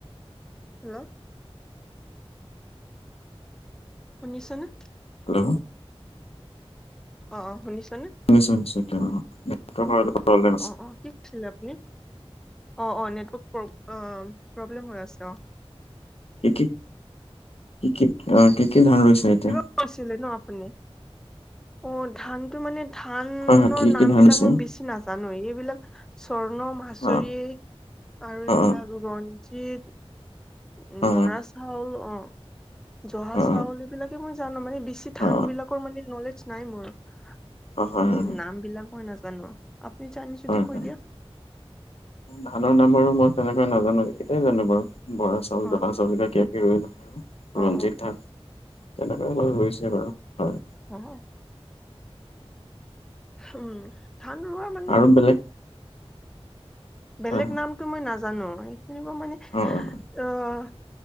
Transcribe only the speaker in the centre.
হেল্ল'? শুনিছ নে?
অ' অ' শুনিছনে?
অ', অ' কি কৈছিলে আপুনি? অ' অ' নেটৱৰ্ক প্ৰব্লেম হৈ আছে অ'।
কিবা কৈছিলে ন আপুনি, অ' ধানটো মানে ধানৰ
নাম
বিলাক
মই বেছি নাজানো, এইবিলাক স্বৰ্ণ, মাছৰি
আৰু এইবিলাক
ৰঞ্জিত' উম
বৰা চাউল অ' জহা
চাউল এইবিলাক বাকী মই জানো মানে, বেছি ধান
বিলাকৰ মানে নলেজ নাই মোৰ। কি
কি
নাম বিলাক মই নাজানো। আপুনি জানি যদি
কৈ
দিয়ক?
অ
অ
অ
অ
অ <unintelligible> উম, ধান ৰোৱা মানে
বেলেগ
নামটো মই নাজানো, সেই তেনেকুৱা মানে
অ'